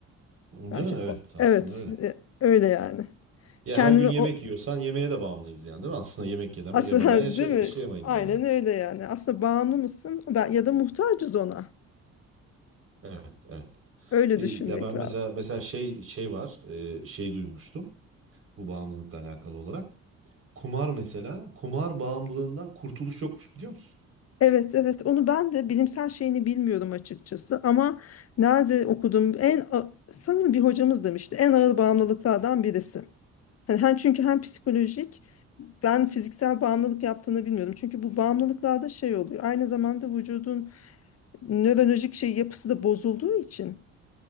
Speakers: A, on the right; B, on the left.
A: Değil
B: Belki
A: mi?
B: de
A: Evet.
B: o.
A: Aslında
B: Evet,
A: öyle.
B: e, öyle yani.
A: Ya
B: Kendini
A: her gün yemek
B: o
A: yiyorsan yemeğe de bağımlıyız yani değil mi? Aslında yemek yedem,
B: aslında
A: yemeden yaşa-
B: <laughs> değil
A: yaşayamayız
B: mi? Aynen
A: yani.
B: öyle yani. Aslında bağımlı mısın? Ben- Ya da muhtacız ona.
A: Evet. Evet.
B: Öyle
A: E,
B: düşünmek
A: Ya ben mesela
B: lazım.
A: mesela şey şey var. e, Şey duymuştum. Bu bağımlılıkla alakalı olarak. Kumar mesela. Kumar bağımlılığından kurtuluş yokmuş biliyor musun?
B: Evet evet onu ben de bilimsel şeyini bilmiyorum açıkçası ama nerede okudum en a- sanırım bir hocamız demişti en ağır bağımlılıklardan birisi. Hani Hem çünkü hem psikolojik ben fiziksel bağımlılık yaptığını bilmiyordum. Çünkü bu bağımlılıklarda şey oluyor. Aynı zamanda vücudun nörolojik şey yapısı da bozulduğu için